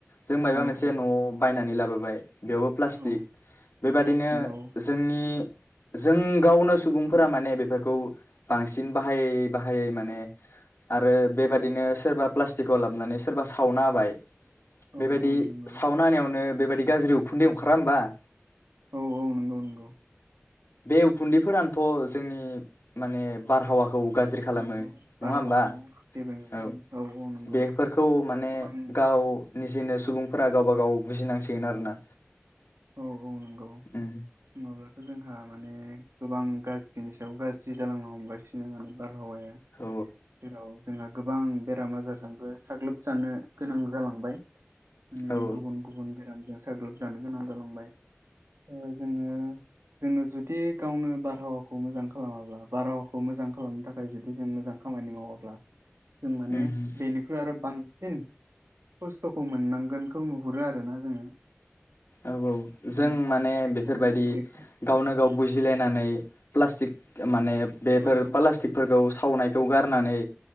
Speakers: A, on the left; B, on the right.
A: जों मबा
B: औ
A: मोनसे
B: औ
A: न' बाय नानै लाबोबाय। बेयावबो प्लास्टिक
B: औ
A: बेबादिनो
B: प्लास्टिक औ
A: जोंनि जों गावनो सुबुंफोरा
B: औ
A: माने बेफोरखौ। बांसिन बाहायै बाहायै माने आरो बेबादिनो
B: औ
A: सोरबा प्लास्टिकखौ लाबोनानै सोरबा सावना होबाय।
B: औ
A: बेबायदि
B: औ नंगौ
A: सावना होनायावनो बेब बेबाय गाज्रि उखुनदै ओंखारा होमबा। <unintelligible>
B: औ औ नंगौ नंगौ
A: बे उखुन्दैफोरानोथ' जोंनि माने बारहावाखौ गाज्रि खालामो
B: औ औ
A: नङा
B: बारहावाखौ
A: होमबा
B: गेबेङो
A: औ
B: औ नंगौ
A: बेफोरखौ माने
B: गोबां
A: गाव निजेनो सुबुंफोरा
B: औ
A: गावबा गाव बुजिनांसिगोन आरोना
B: ओ नंगौ
A: उम
B: नङाब्लाथ' जोंहा माने गोबां गाज्रिनि सायाव गाज्रि जालांनो हमगासिनो माने बार हावाया
A: औ
B: जेराव जोंहा गोबां बेराम आजारजोंबो साग्लोबजानो गोनां जालांबाय माने
A: औ
B: गुबुन गुबुन बेराम जों साग्लोबजानो गोनां जालांबाय ओ जोङो जोङो जुदि गावनो बारहावाखौ मोजां खालामाब्ला बारहावाखौ मोजां खालामनो थाखाय जुदि जों मोजां खामानि मावाब्ला जों माने
A: उम
B: बेनिख्रुइ आरो बांसिन खस्थ'खौ मोननांगोनखौ नुहुरो आरोना जोङो।
A: औ औ जों
B: ओ
A: माने
B: बेखौ
A: बेफोरबायदि
B: बेखौ
A: गावनो गाव
B: औ
A: बुजिलायनानै प्लास्टिक खो मानेब बेफोर
B: औ औ
A: प्लास्टिकफोरखौ सावनाय खौ गारनानै